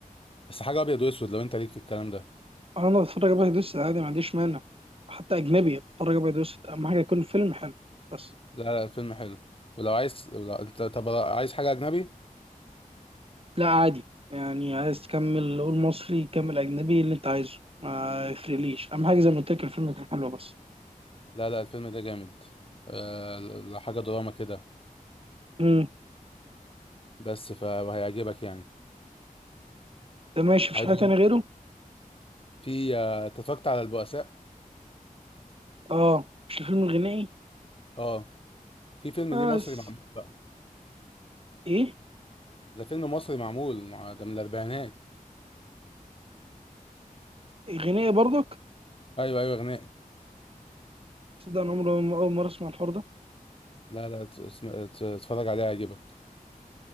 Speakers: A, on the left; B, on the right.
A: بس حاجه ابيض واسود لو انت ليك في الكلام ده
B: انا بتفرج ابيض واسود عادي ما عنديش مانع حتى اجنبي بتفرج ابيض واسود اهم حاجه يكون فيلم حلو بس
A: لا لا الفيلم حلو ولو عايز لو انت طب عايز حاجه اجنبي
B: لا عادي يعني عايز تكمل قول مصري كمل اجنبي اللي انت عايزه ما يفرقليش اهم حاجه زي ما قلت لك الفيلم يكون حلو بس
A: لا لا الفيلم ده جامد أه... ل- ل- حاجه دراما كده
B: امم
A: بس فهيعجبك يعني
B: ده ماشي مفيش
A: عايز
B: حاجه
A: أقول-
B: تانية غيره
A: في آه، اتفرجت على البؤساء
B: اه مش الفيلم الغنائي
A: اه في فيلم
B: بس
A: ليه مصري معمول بقى
B: ايه
A: ده فيلم مصري معمول ده من الاربعينات
B: غنائي برضك
A: ايوه ايوه غنائي
B: تصدق انا عمري ما- اول مره اسمع الحوار ده
A: لا لا ت- اسم- ت- اتفرج عليه هيعجبك